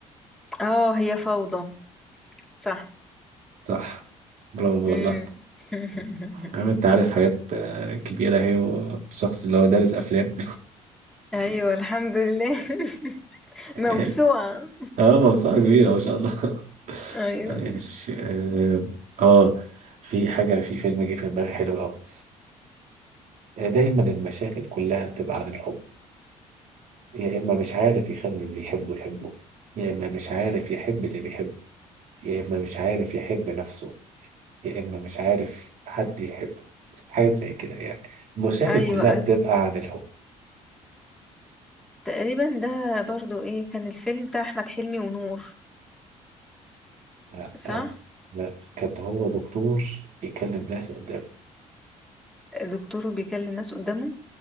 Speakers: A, in the centre; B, on the right (about 65°).
A: اه هي فوضى صح
B: صح برافو
A: امم
B: والله
A: <laughs>
B: عم أنت عارف حاجات آه، كبيرة أهي وشخص اللي هو دارس أفلام
A: ايوه الحمد لله <laughs> موسوعة
B: <laughs> اه موسوعة كبيرة ما شاء الله <laughs>
A: ايوه
B: ماشي اه آه، في حاجة في فيلم جه في دماغي حلو أوي آه، دايما المشاكل كلها بتبقى عن الحب يا إما مش عارف يخلي اللي يحبه يحبه يا إما مش عارف يحب اللي بيحبه يا إما مش عارف يحب نفسه يا إما مش عارف حد يحبه حاجة زي كده يعني المشاكل
A: ايوه
B: كلها
A: ايوه
B: بتبقى عن الحب
A: تقريبا ده برضو ايه كان الفيلم بتاع احمد حلمي ونور
B: لا
A: صح
B: آه، لا كان هو دكتور يكلم ناس قدامه
A: دكتور بيكلم الناس قدامه